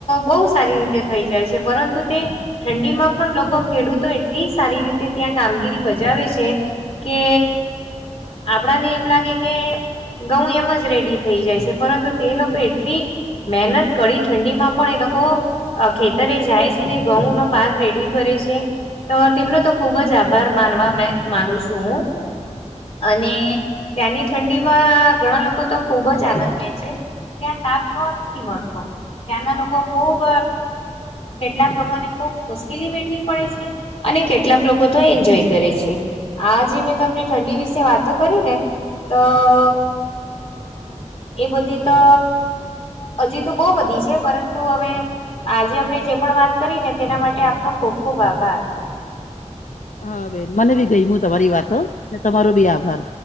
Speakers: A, on the left; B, on the left.
A: બહુ સારી રીતે થઈ જાય છે પરંતુ તે ઠંડી માં પણ લોકો ખેડૂતો એટલી સારી રીતે ત્યાં કામગીરી બજાવે છે. કે આપડાને એમ લાગે કે ઘઉં એમ જ રેડી થઈ જાય છે પરંતુ તે લોકો એટલી મહેનત કડી ઠંડીમાં પણ એ લોકો ખેતરે જાય છે ને ઘઉં નો પાક રેડી કરે છે. તો તેમનો તો ખુબ જ આભાર માનવા માનું છું હું. અને ત્યાંની ઠંડીમાં ઘણા લોકો તો ખુબ જ આનંદ લે છે. ત્યાં તાપ જુઓ ને. મળતો ત્યાંના લોકો ખૂબ કેટલાક લોકોને ખુબ મુશ્કેલી બેઠી પડે છે અને કેટલાક લોકો તો એન્જોય કરે છે. આ જે મેં તમને ઠંડી વિશે વાતો કરી ને તોમેં એ બધી તો. હજી તો બહુ બધી છે પરંતુ હવે. આજે આપડણે જે પણ વાત કરી ને તેના માટે આપનો ખુબ ખુબ આભાર
B: હા બેન મને બી ગઈ હું તમારી વાતો ને તમારો બી આભાર.